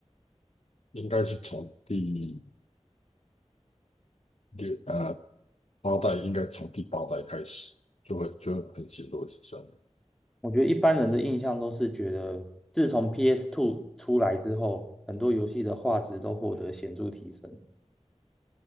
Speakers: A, on the left; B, in the centre.
A: 应该是从第六呃八代，应该从第八代开始就会就会很显著的提升了
B: 我觉得一般人的印象都是觉得，自从 p s Two 出来之后，很多游戏的画质都获得显著提升。